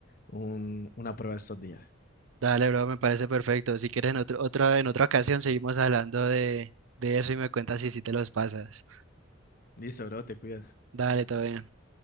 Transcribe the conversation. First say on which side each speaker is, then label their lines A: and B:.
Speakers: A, on the left; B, on the right.
A: un- una prueba estos días.
B: Dale, bro, me parece perfecto. Si quieres en otro, otra en otra ocasión seguimos hablando de, de eso y me cuentas si sí te los pasas.
A: Listo, bro, te cuidas.
B: Dale, todo bien.